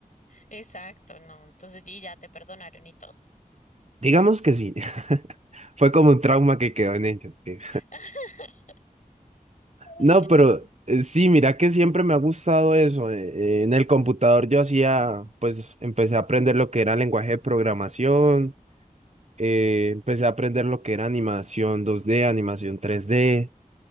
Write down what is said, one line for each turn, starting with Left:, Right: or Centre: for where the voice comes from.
Left: Exacto, no. Entonces, y ya te perdonaron y todo.
Right: digamos que sí, <laughs> fue como un trauma que quedó en ellos. eh.
Left: <laughs>
Right: No,
Left: Ay, qué
Right: pero
Left: chistoso.
Right: eh, sí, mira que siempre me ha gustado eso. eh, eh, en el computador yo hacía, pues empecé a aprender lo que era lenguaje de programación, eh, empecé a aprender lo que era animación dos d animación tres d